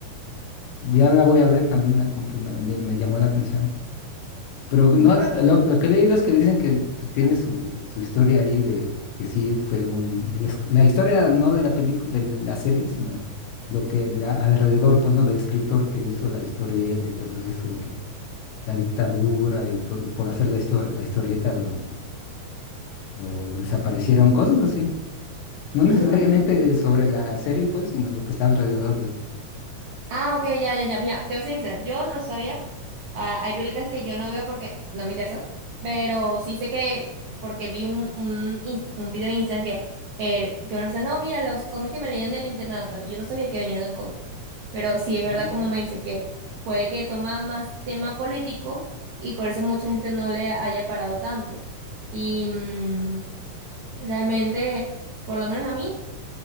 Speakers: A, on the left; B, on the right.
A: Ya la voy a ver, también la, como que me, me me llamó la atención. Pero no,
B: Yo creo...
A: lo, lo que he leído es que dicen que pues, tiene su, su historia ahí de que sí fue un... el es- la historia no de la película, de la serie, sino lo que la- alrededor, pues, ¿no? Del escritor que hizo la historieta y todo eso, y que la dictadura y todo, y por hacer la, histo- la historieta lo, lo desaparecieron, cosas así. No
B: Mm.
A: necesariamente sobre la serie, pues, sino lo que está alrededor de...
B: Ah, ok, ya, ya, ya. Mira, te voy a ser sincera, yo no sabía. Ah, hay películas que yo no veo porque no me interesan, pero sí sé que, porque vi un, un, inst- un video en Instagram que, eh, que una persona, no, mira, los cómics que me leían del internado, yo no sabía que venía de un cómic, pero sí es verdad
A: Ah.
B: como me dice que puede que toma más tema político y por eso mucha gente no le haya parado tanto. Y mm, realmente, por lo menos a mí.